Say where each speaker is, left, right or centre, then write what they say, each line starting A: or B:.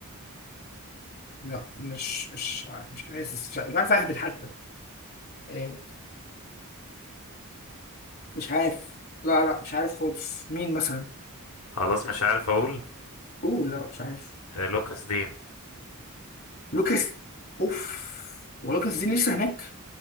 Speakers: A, on the left; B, on the left.
A: لا مش مش ع- مش حاسس مش ع- مش عارف اهبط حتى يعني مش عارف لا لا مش عارف خالص مين مثلا
B: خلاص مش عارف اقول
A: اوه لا مش عارف
B: آه لوكاس دين
A: لوكاس اوف ولوكاس دين لسه هناك